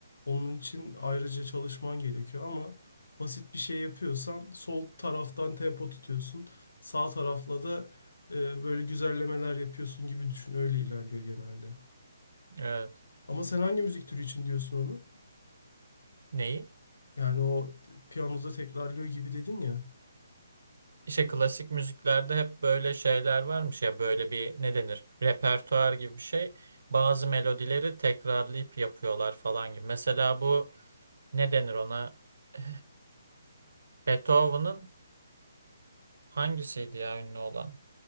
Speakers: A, on the left (about 90°); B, on the right (about 80°).
A: Onun için ayrıca çalışman gerekiyor ama basit bir şey yapıyorsan sol taraftan tempo tutuyorsun. Sağ tarafla da e, böyle güzellemeler yapıyorsun gibi düşün. Öyle ilerliyor genelde.
B: Evet.
A: Ama sen hangi müzik türü için diyorsun onu?
B: Neyi?
A: Yani o t- piyanoda tekrarlıyor gibi dedin ya.
B: İşte klasik müziklerde hep böyle şeyler varmış ya böyle bir ne denir repertuar gibi bir şey. Bazı melodileri tekrarlayıp yapıyorlar falan gibi. Mesela bu ne denir ona? Eh, Beethoven'ın hangisiydi ya ünlü olan?